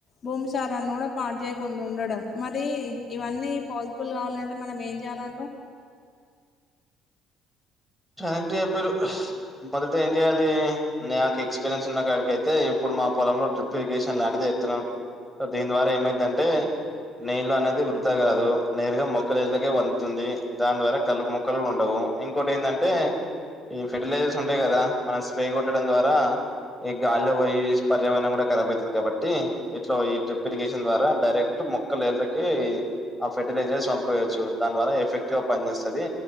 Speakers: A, on the left (about 45°); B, in the centre.
A: భూమిసారాన్ని కూడా పాడు చేయకుండా ఉండడం. మరి ఇవన్నీ పాసిబుల్ కావాలంటే మనం ఏం చేయాలి? ఏంచేయాలంటావు?
B: కరెక్ట్ చెప్పిరు. పద్ధతి ఏం చెయాలి? నాకు ఎక్స్పీరియన్స్ ఉన్న కాడికి అయితే ఇప్పుడు ఇప్పుడు మా పొలంలో డ్రిప్ ఇరిగేషన్ లాంటిది ఏత్తున్నాం. దీని ద్వారా ఏమైతుందంటే నీళ్లు అనేది వృధా కాదు. నేరుగా మొక్కలు వేళ్ళకే అందుతుంది. దాని ద్వారా కలుపు మొక్కలు ఉండవు. ఇంకోటి ఏంటంటే ఈ ఫెర్టిలైజర్స్ ఉంటాయి కదా, మనం స్ప్రే కొట్టడం ద్వారా ఈ గాల్లో పోయి పర్యావరణం కూడా కరాబ్ అవుతుంది కాబట్టి, ఇట్లా ఈ డ్రిప్ ఇరిగేషన్ ద్వారా డైరెక్ట్ మొక్కలు వేళ్ళకి ఆ ఫర్టిలైజర్స్ పంపేయవచ్చు. దానివల్ల ఎఫెక్టివ్ గా పని చేస్తాది.